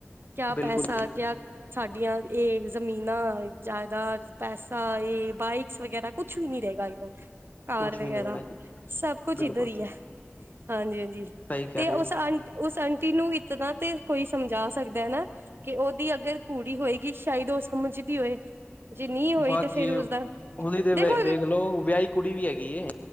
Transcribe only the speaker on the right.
ਕਿਆ
ਪੈਸਾ
ਕਿਆ ਸਾਡੀਆਂ ਏ ਜ਼ਮੀਨਾਂ, ਜਾਇਦਾਦ ਪੈਸਾ, ਏ ਬਾਈਕਸ ਵਗੈਰਾ ਕੁਛ ਵੀ ਨੀ ਰਏਗਾ ਓਧਰ ਕਾਰ
ਵਗੈਰਾ,
ਸਭ ਕੁਛ
ਇੱਧਰ ਈ ਐ। ਹਾਂਜੀ-ਹਾਂਜੀ
ਤੇ
ਓਸ
ਆ ਓਸ ਆਂਟੀ ਨੂੰ ਇਤਨਾ ਤੇ ਕੋਈ ਸਮਝਾ ਸਕਦਾ ਐ ਨਾ ਕਿ ਓਦੀ ਅਗਰ ਕੁੜੀ ਹੋਏਗੀ ਸ਼ਾਇਦ ਓ ਸਮਝਦੀ ਹੋਏ। ਜੇ ਨਹੀਂ ਹੋਈ
ਤੇ ਫੇਰ
ਉਸਦਾ
ਦੇਖੋ